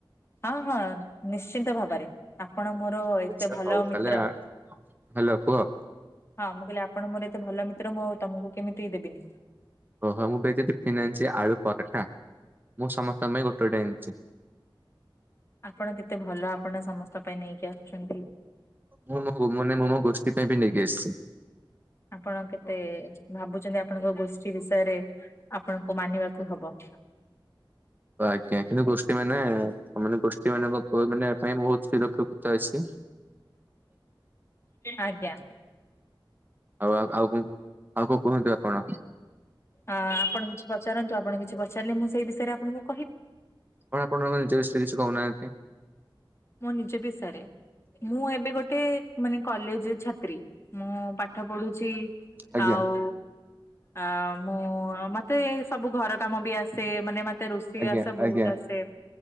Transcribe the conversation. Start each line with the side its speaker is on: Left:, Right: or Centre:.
Left: ହଁ ହଁ ନିଶ୍ଚିନ୍ତ ଭାବରେ ଆପଣ ମୋର ଏତେ
Right: ଆଛା
Left: ଭଲ
Right: ହଉ
Left: ମିତ୍ର।
Right: ତାହେଲେ ଆ ହାଲୋ କୁହ।
Left: ହଁ ମୁଁ କହିଲି ଆପଣ ମୋର ଏତେ ଭଲ ମିତ୍ର, ମୁଁ ଆଉ ତମକୁ କେମିତି ଦେବିନି?
Right: ଓହୋ ମୁଁ ବି ଯଦି ଫନ୍ <unintelligible> ଆଣିଛି ଆଳୁ ପରଟା। ମୁଁ ସମସ୍ତଙ୍କ ପାଇଁ ଗୋଟେ ଗୋଟେ ଆଣିଛି।
Left: ଆପଣ କେତେ ଭଲ ଆପଣ ସମସ୍ତଙ୍କ ପାଇଁ ନେଇକି ଆସୁଛନ୍ତି।
Right: ମୁଁ ମୋ ମାନେ ମୁଁ ମୋ ଗୋଷ୍ଠୀ ପାଇଁ ବି ନେଇକି ଆସିଛି।
Left: ଆପଣ କେତେ ଭାବୁଛନ୍ତି ଆପଣଙ୍କ ଗୋଷ୍ଠୀ ବିଷୟରେ ଆପଣଙ୍କୁ ମାନିବାକୁ ହବ।
Right: ଆଜ୍ଞା। କିନ୍ତୁ ଗୋଷ୍ଠୀ ମାନେ ତାମାନେ ଗୋଷ୍ଠୀ ମାନଙ୍କ ମାନେ ପାଇଁ ବହୁତ ଚିରୋପକୃତ ଅଛି।
Left: ଆଜ୍ଞା।
Right: ଆଉ ଆଉ ଆଉ କଣ ଆଉ କୋଉ କୁହନ୍ତୁ ଆପଣ?
Left: ହଁ ଆପଣ କିଛି ପଚାରନ୍ତୁ ଆପଣ କିଛି ପଚାରିଲେ ମୁଁ ସେଇ ବିଷୟରେ ଆପଣଙ୍କୁ କହିବି।
Right: କଣ ଆପଣଙ୍କ ନିଜ ବିଷୟରେ କିଛି କହୁନାହାନ୍ତି?
Left: ମୋ ନିଜ ବିଷୟରେ। ମୁଁ ଏବେ ଗୋଟେ ମାନେ କଲେଜ ଛାତ୍ରୀ। ମୋ ପାଠ ପଢୁଛି।
Right: ଆଜ୍ଞା
Left: ଆଉ ଅ ମୁଁ ମତେ ସବୁ ଘର କାମ ବି ଆସେ। ମାନେ ମ ତେ ରୋଷେଇ
Right: ଆଜ୍ଞା
Left: ବାସ ବୋହୁତ
Right: ଆଜ୍ଞା
Left: ଆସେ।